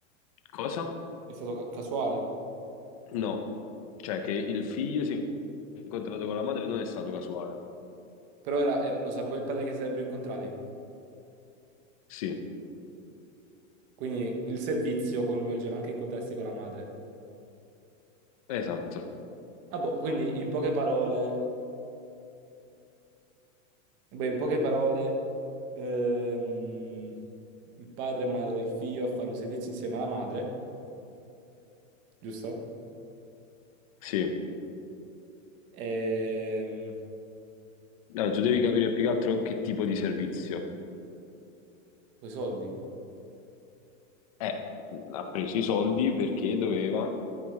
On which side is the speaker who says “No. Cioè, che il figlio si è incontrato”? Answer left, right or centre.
Left